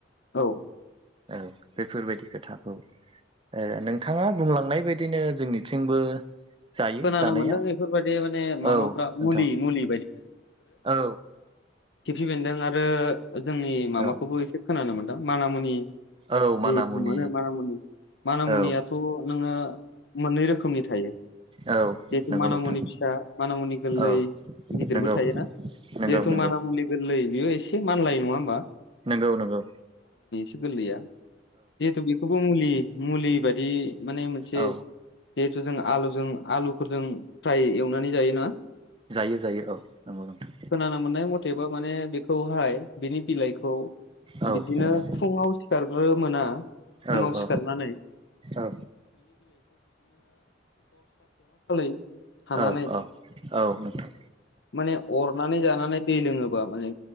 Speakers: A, on the left (about 70°); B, on the right (about 30°).
A: औ
B: औ बेफोरबायदि खोथा‌ औ। ओ नोंथाङा बुंलांनाय बायदिनो जोंनिथिंबो जायो
A: खोनानो
B: जानाया
A: मोन्दों बेफोरबायदि माने माबाफ्रा
B: औ नोंथां
A: मुलि मुलि
B: औ
A: खिफि बेन्दों आरो जोंनि माबाखौबो
B: औ
A: एसे खोनानो मोनदों माना मुनि
B: औ
A: जिहेतु
B: माना मुनि
A: मोनो माना मुनि मानामुनियाथ'
B: औ
A: नोङो मोन्नै रोखोमनि थायो।
B: औ
A: जिहेथु
B: नंगौ
A: मानामुनि
B: नोंथां
A: फिसा मानामुनि गोरलै
B: औ
A: गिदिरबो
B: नंगौ
A: थायोना।
B: नंगौ
A: जिहेथु
B: नंगौ
A: मानामुनि गोरलै बेयो एसे मानलायो नङा होमबा?
B: नोंगौ नोंगौ
A: गोरलै आ। जिहेथु बेखौबो मुलि मुलि बायदि माने मोनसे
B: औ
A: जों आलुजों आलुफोरदों फ्राय एवनानै जायोना।
B: जायो जायो औ नंगौ नोंथां
A: खोनानो मोननाय मतेबा माने बेखौहाय बिनि बिलाइखौ
B: औ
A: बिदिनो
B: नोंथां
A: फुङाव सिखारग्रोमोना
B: औ
A: फुङाव
B: औ
A: सिखारनानै
B: औ
A: <unintelligible> खानानै
B: औ औ औ नोंथां।
A: माने अरनानै जानानै दै लोङोबा माने